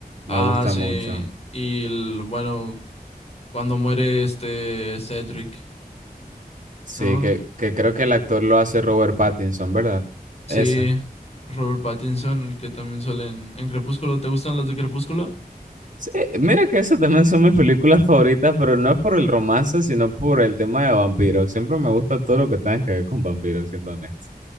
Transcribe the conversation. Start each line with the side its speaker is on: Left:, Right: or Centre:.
Right: Me
Left: Ah,
Right: gusta
Left: sí.
Right: mucho.
Left: Y el, bueno, cuando muere este Cedric,
Right: Sí,
Left: ¿no?
Right: que, que creo que el actor lo hace Robert Pattinson, ¿verdad? Esa.
Left: Sí, Robert Pattinson, el que también suele en, en Crepúsculo. ¿Te gustan las de Crepúsculo?
Right: Sí, mira que esas también son mis películas favoritas, pero no es por el romance, sino por el tema de vampiros. Siempre me gusta todo lo que tenga que ver con vampiros, siendo honesto.